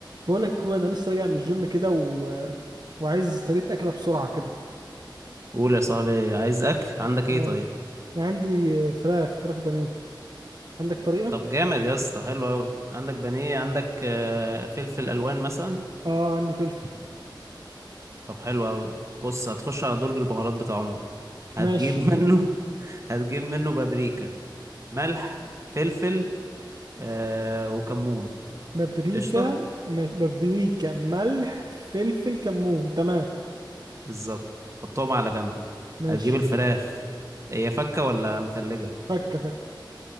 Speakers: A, on the right (about 55°); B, on the right (about 35°).
A: بقول لك يا اخويا انا لسه راجع من الجيم كده و... وعايز طريقه اكله بسرعه كده
B: قول يا صاحبي عايز اكل عندك ايه
A: اه
B: طيب
A: عندي فراخ فراخ بانيه عندك طريقه
B: طب جامد يا اسطى حلو قوي عندك بانيه عندك آه، فلفل الوان مثلا
A: اه عندي فلفل
B: طب حلو قوي بص هتخش على درج البهارات بتاع امك هتجيب
A: ماشي
B: منه <laughs> هتجيب منه بابريكا ملح فلفل آه وكمون
A: بابريكا
B: قشطه
A: ماشي بابريكا ملح فلفل كمون تمام
B: بالظبط حطهم على جنب
A: ماشي
B: هتجيب الفراخ هي فكه ولا متلجه
A: فك فك